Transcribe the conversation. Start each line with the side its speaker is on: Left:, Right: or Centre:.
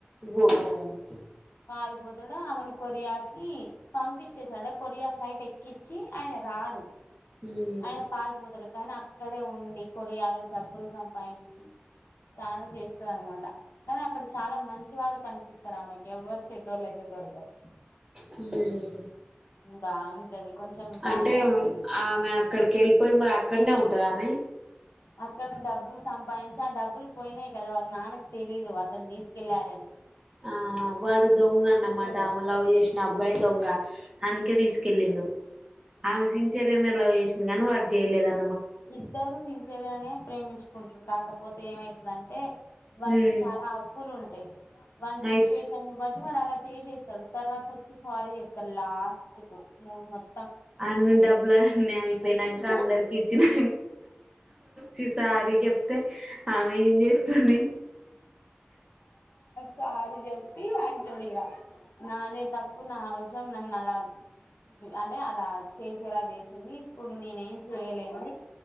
Right: ఓహో ఒక్కే
Left: పారిపోతడు ఆమెను కొరియాకి పంపించేశాడా కొరియా ఫ్లైట్ ఎక్కి వచ్చి ఆయన రాడు
Right: ఉమ్
Left: అయన పారిపోతాడు కానీ అక్కడే ఉండి కొరియాలో డబ్బులు సంపాదించి చాలా చేస్తది అన్న మాట కానీ అక్కడ చాలా మంచి వాళ్ళు కని పిస్తారూ ఆమెకి ఎవ్వరు చెడ్డోళ్ళు అయితే దొరకారు
Right: ఉమ్
Left: బాగుంటది కొంచెం బానే
Right: అంటే ఉమ్
Left: ఉంది
Right: ఆమె అక్కడికి వెళ్ళిపోయి మరి అక్కడనే ఉన్ టదామే
Left: అక్కడ డబ్బులు సంపాదించి ఆ డబ్బులు పోయినాయి కదా వాళ్ళ నాన్నకు తెలీదు అతను తీసుకెళ్ళారని
Right: ఆహా వాడు దొంగ అన్నమాట
Left: తెలీదు
Right: ఆమె లవ్ చేసిన అబ్బాయి దొంగ అందుకే తీసుకెళ్ళిండు ఆమె సిన్సియర్ గానే లవ్ చేసింది నన్ను వాడ్ జేయలేదన్
Left: ఇద్దరు సించర గానే ప్రేమించుకుంటా కాకపోతే ఏమైతదంటే వాడికి
Right: ఉమ్
Left: చాలా అప్పులు ఉంటాయి వాన్ సిచ్యువేషన్
Right: అయిత్
Left: ని బ వాడు అలా చేసేస్తాడు తర్వాత వచ్చి సారీ చెప్తాడు లాస్ట్ కు మూవి మొత్
Right: అన్ని డబ్బులన్నీ అయిపోయినాక
Left: చెప్
Right: అందరికి ఇచ్చినా తిసారి చెప్తే ఆమె ఏం చేత్తుంది
Left: చారి చెప్పి అంటోడిగా నాదే తప్పు నా అవసరం నన్ను అలా అంటే అలా చేసేలా చేసింది ఇప్పుడు నేనేం చేయలేను